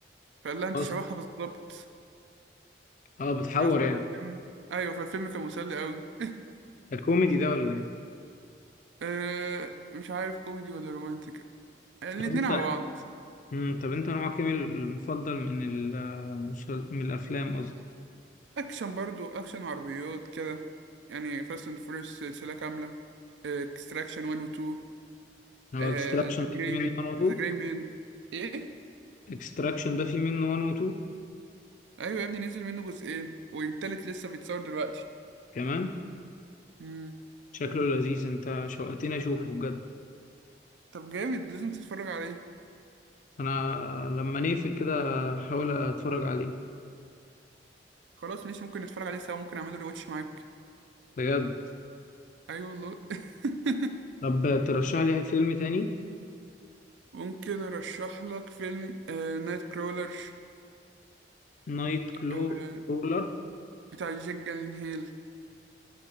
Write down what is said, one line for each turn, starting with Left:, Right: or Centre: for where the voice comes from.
Right: فقال لها انت
Left: خلاص
Right: شبهها بالظبط
Left: اه بتحور
Right: بس
Left: يعني
Right: فالفيلم ايوه فالفيلم كان مسلي قوي
Left: ده كوميدي ده ولا ايه
Right: <laughs> أه مش عارف كوميدي ولا رومانتك الاتنين
Left: طب انت
Right: على بعض
Left: امم طب انت نوعك ايه المفضل من ال المسل- من الافلام قصدي
Right: اكشن برضو اكشن وعربيات كده يعني فاست اند فورس سلسله كامله اكستراكشن 1 و
Left: هو
Right: 2
Left: اكستراكشن
Right: ذا
Left: ده
Right: جراي
Left: فيه منه 1
Right: ذا
Left: و 2
Right: جراي مان ايه
Left: اكستراكشن ده فيه منه 1 و 2
Right: ايوه يا ابني نزل منه جزئين والتالت لسه بيتصور دلوقتي
Left: كمان
Right: امم
Left: شكله لذيذ انت شوقتني اشوفه بجد
Right: طب جامد لازم تتفرج عليه
Left: انا لما نقفل كده هحاول اتفرج عليه
Right: خلاص ماشي ممكن نتفرج عليه سوا ممكن اعمله ريواتش معاك
Left: بجد
Right: ايوه والله <laughs>
Left: طب ترشح لي فيلم تاني
Right: ممكن ارشح لك فيلم آه نايت كرولر
Left: نايت كلو
Right: آه
Left: رولر
Right: بتاع جاك جالنهيل